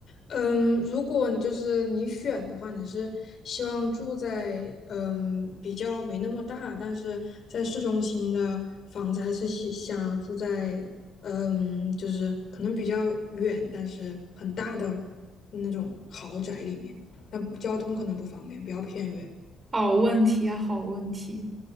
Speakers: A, on the left; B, on the right.
A: 嗯，如果就是你选的话，你是希望住在嗯比较没那么大，但是在市中心的房子，还是想想要住在嗯就是可能比较远，但是很大的那种豪宅里面？那交通可能不方便，比较偏远。
B: 好问题啊，好问题。